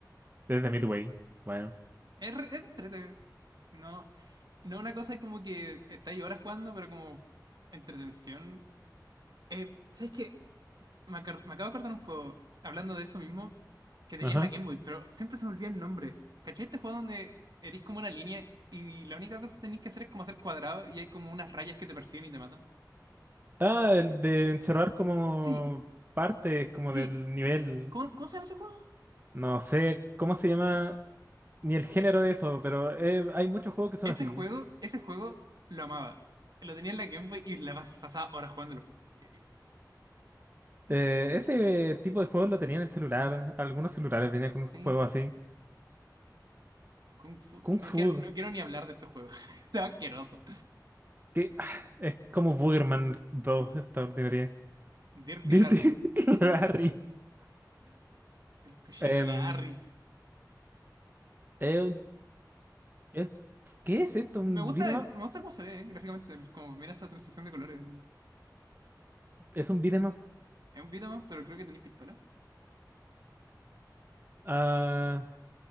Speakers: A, on the right (about 30°); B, on the right (about 70°).
A: desde Midway, bueno.
B: Es, re- es entrete. No, no una cosa como que estáis horas jugando, pero como entretención. Eh, ¿sabes qué? Me, acor- me acabo de acordar un juego, hablando de eso mismo, que tenía
A: Ajá.
B: en la Game Boy, pero siempre se me olvida el nombre. ¿Cachai este juego donde eres como una línea y la única cosa que tenéis que hacer es como hacer cuadrados y hay como unas rayas que te persiguen y te matan?
A: Ah, el de encerrar como
B: Sí,
A: partes, como
B: sí.
A: del nivel.
B: ¿Cómo, cómo se llama ese juego?
A: No sé, ¿cómo se llama? ni el género de eso, pero eh, hay muchos juegos que son
B: Ese
A: así.
B: juego, ese juego lo amaba. Lo tenía en la Game Boy y la pas- pasaba horas jugándolo. Y- y- mm,
A: Eh, ese tipo de juegos lo tenía en el celular. Algunos celulares venían con
B: Sí,
A: un juego así.
B: Kung Fu.
A: Kung
B: No
A: Fu,
B: quiero, no quiero ni hablar de este juego. <laughs> Está asqueroso.
A: que ah, es como Boogerman dos,
B: Sí.
A: esta ordinaria.
B: Dirty
A: Dirty
B: Larry.
A: <laughs> Rally.
B: El cochino
A: Em,
B: Larry.
A: eh, un- eh, ¿qué es esto?
B: Me
A: ¿Un
B: gusta,
A: beat'em up?
B: me gusta cómo se ve, eh, gráficamente. el- Como mira esa transición de colores.
A: Es un beat'em up.
B: Es un beat'em up, pero creo que tenéis pistola.
A: Ah,